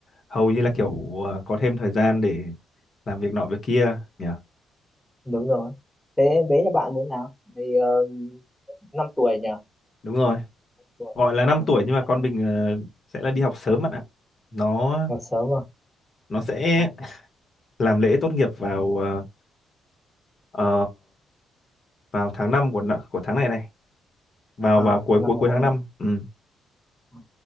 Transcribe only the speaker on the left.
hầu như là kiểu ờ, có thêm thời gian để làm việc nọ việc kia nhỉ
đúng rồi
gọi là 5 tuổi nhưng mà
con mình ờ, sẽ là đi học sớm bạn ạ nó
nó sẽ
làm lễ tốt nghiệp vào ờ, ờ, vào tháng 5 của nọ- của tháng này này vào
vào cuối
cuối
cuối
tháng
năm ừ,